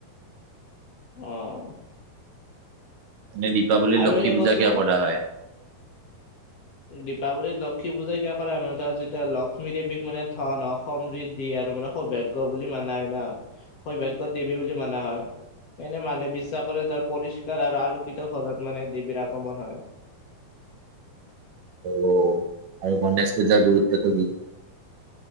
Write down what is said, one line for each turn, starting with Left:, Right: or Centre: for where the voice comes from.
Left: অ
Right: এনে দীপাৱলীৰ
Left: আৰু
Right: লক্ষী
Left: সেই
Right: পূজা
Left: কচোন
Right: কিয় কৰা হয়
Left: দীপাৱলীত লক্ষ্মী পূজাই কিয় কৰে মানাৰ ধৰা যেতিয়া লক্ষ্মী দেৱক মানে ধনখ সমৃদ্ধি আৰু মানে সৌভাগয় বুলি মানা হয় ন সৌভাগয় দেৱী বুলি মানা হয় এনে মানুহ বিশ্বাস কৰে তৰ পৰিষ্কাৰ আৰু আলোকিত ঘৰত মানে দেৱীৰ আগমন হয়
Right: অ আৰু গণেশ পূজাৰ গুৰুত্বটো কি